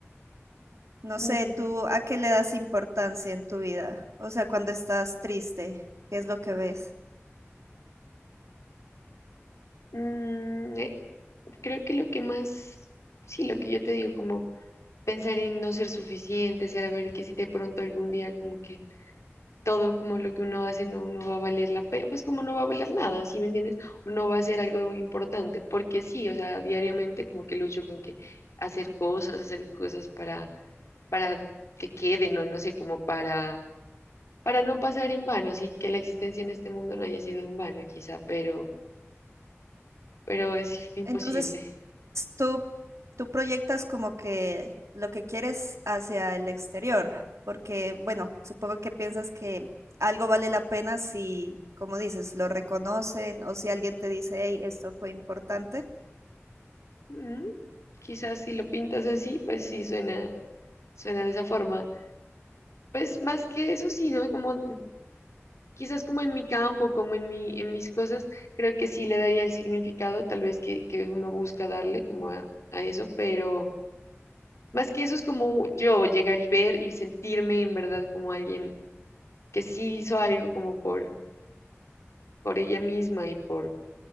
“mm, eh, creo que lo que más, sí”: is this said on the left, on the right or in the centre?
Left